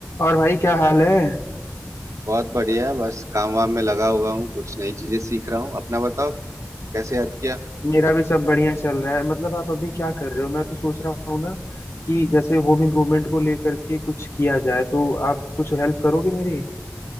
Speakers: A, on the left; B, on the right.
A: और भाई क्या हाल है
B: बहुत बढ़िया है बस काम वाम में लगा हुआ हूँ कुछ नई चीजें सीख रहा हूँ अपना बताओ कैसे याद किया
A: मेरा भी सब बढ़िया चल रहा है मतलब आप अभी क्या कर रहे हो मैं तो सोच रहा हूँ ना कि जैसे होम इम्प्रूवमेंट को लेकर के कुछ किया जाए तो आप कुछ हेल्प करोगे मेरी